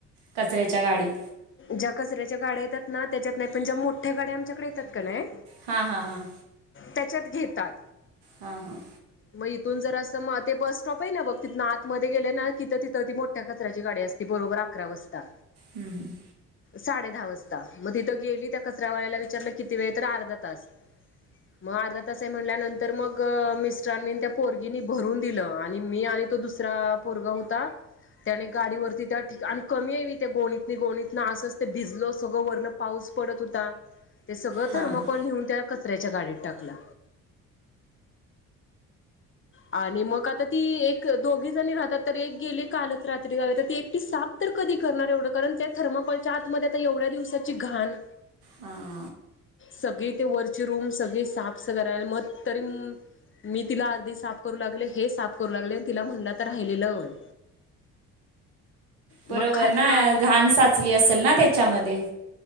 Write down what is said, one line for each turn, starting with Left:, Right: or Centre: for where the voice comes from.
Right: कचऱ्याच्या गाडीत.
Left: ज्या कचऱ्याच्या गाड्या येतात ना, त्याच्यात नाही. पण ज्या मोठ्या गाड्या आमच्याकडे येतात का नाह्य
Right: हा हा हं
Left: त्याच्यात घेतात.
Right: हं हं
Left: मं इथून जर असं म ते बस स्टॉप आहे ना बघ. तिथनं आतमध्ये गेले ना तिथं तिथं ती मोठ्या कचऱ्याची गाडी असते. ती बरोबर अकरा वाजता
Right: हम्म हम्म
Left: साडे दहा वाजता, मग तिथं गेली त्या कचऱ्यावाल्याला विचारलं किती वेळ? तर अर्धा तास मं अर्धा तास आहे म्हणल्यानंतर, मग मिस्टरांनी अन त्या पोरगीनी भरून दिलं आणि मी आणि तो दुसरा पोरगा होता, त्याने गाडीवररती त्या ठिका आणि कमी आहे त्या गोणीत नि गोणीत ना असंच ते भिजल सगळं, वरनं पाऊस पडत होता. ते सगळं
Right: हां
Left: थर्मोकॉल
Right: हां
Left: न्हेऊन त्या कचऱ्याच्या गाडीत टाकला. आणि मग आता ती एक, दोघी जणी राहतात. तर एक गेली कालच रात्री झाालं तर ती एक ती साफ तर कधी करणार एवढं? कारण त्या थर्माकॉलच्या आतमध्येध्ये आता एवढ्या दिवसाची घाण.
Right: हा
Left: सगळी ती वरची रूम सगळी साफ सग राहिला मं तरी मी तिला अर्धी साफ करू लागले, हे साफ करू लागले. आणि तिला म्हणलं, आता राहिलेलं वन
Right: बरोबर
Left: मग खाली
Right: ना,
Left: आली
Right: घाण साचली असेल ना त्याच्यामध्ये.